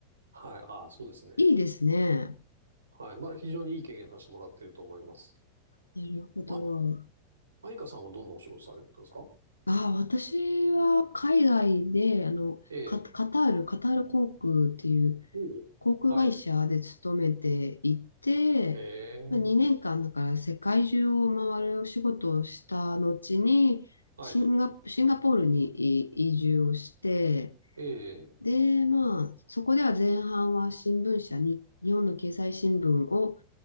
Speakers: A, on the right; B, on the left.
A: はい。ああ、そうですね。
B: いいですね。
A: はい。まあ、非常にいい経験させてもらっていると思います。
B: なるほど。
A: ま、マイカさんはどんなお仕事されてたんですか
B: ああ、私は海外で、あの、
A: ええ。
B: カ、カタール、カタール航空っていう
A: おうはい。
B: 航空会社で勤めていて、
A: へえ。
B: まあ、2年間だから世界中を回るお仕事をした後に、
A: はい。
B: シンガ、シンガポールにい移住をして、
A: ええ。
B: で、まあ、そこでは前半は新聞社に、日本の経済新聞を、